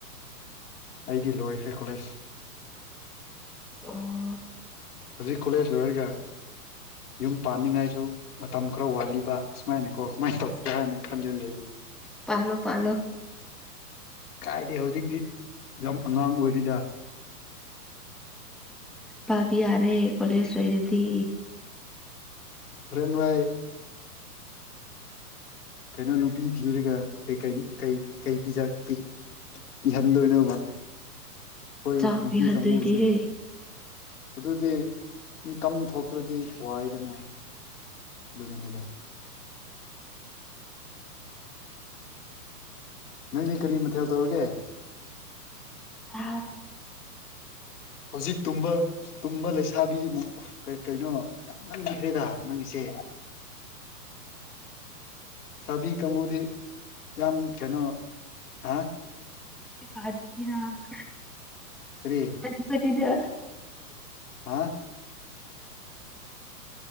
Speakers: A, on the left; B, in the centre.
A: ꯑꯩꯗꯤ ꯂꯣꯏꯈ꯭ꯔꯦ ꯀꯣꯂꯦꯖ꯫
B: ꯑꯣ
A: ꯍꯧꯖꯤꯛ ꯀꯣꯂꯦꯖ ꯂꯣꯏꯔꯒ ꯌꯨꯝ ꯄꯥꯟꯅꯤꯡꯉꯥꯏꯁꯨ ꯃꯇꯝ ꯈꯔ ꯋꯥꯠꯂꯤꯕ ꯁꯨꯃꯥꯏꯅꯀꯣ ꯀꯃꯥꯏꯅ ꯇꯧꯁꯤꯔꯥ ꯍꯥꯏꯅ ꯈꯜꯂꯤ ꯂꯩ
B: ꯄꯂꯣ ꯄꯂꯣ
A: ꯀꯥꯏꯗꯦ ꯍꯧꯖꯤꯛꯇꯤ ꯌꯥꯝ ꯑꯉꯥꯡ ꯑꯣꯏꯔꯤꯗꯥ꯫
B: ꯄꯕꯤ ꯌꯥꯔꯦ ꯀꯣꯂꯦꯖ ꯂꯣꯏꯔꯥ ꯗꯤ꯫
A: ꯍꯣꯔꯦꯟ ꯋꯥꯏ ꯀꯩꯅꯣ ꯅꯨꯄꯤ ꯊꯤꯔꯒ ꯀ ꯀꯩ ꯄꯤ ꯄꯤꯍꯟꯗꯣꯏꯅꯕ ꯑꯩꯈꯣꯏ
B: ꯆꯥꯛ
A: ꯅꯨꯄꯤ
B: ꯄꯤꯍꯟꯗꯣꯏꯅꯦꯍꯦ
A: ꯀꯥꯡꯕꯨꯁꯦ ꯑꯗꯨꯒꯤ ꯏꯟꯀꯝ ꯊꯣꯛꯇ꯭ꯔꯗꯤ ꯋꯥꯏꯗꯅ ꯗꯨꯔꯤꯅꯤꯗ ꯅꯪꯗꯤ ꯀꯔꯤ ꯃꯊꯦꯜ ꯇꯧꯔꯒꯦ
B: ꯑ
A: ꯍꯧꯖꯤꯛ ꯇꯨꯝꯕ ꯇꯨꯝꯕ ꯂꯩꯁꯥꯕꯤ ꯑꯃꯨꯛ ꯀꯩꯅꯣ ꯌꯥꯝ ꯉꯟꯈ꯭ꯔꯦꯗ ꯅꯪꯒꯤꯁꯦ ꯁꯥꯕꯤ ꯀꯥꯡꯕꯨꯗꯤ ꯌꯥꯝ ꯀꯩꯅꯣ ꯍꯥ꯫
B: ꯐꯀꯥꯗ ꯏꯔꯥꯛ꯫
A: ꯀꯔꯤꯌꯦ
B: ꯀ ꯀꯗꯤꯗ
A: ꯍꯥ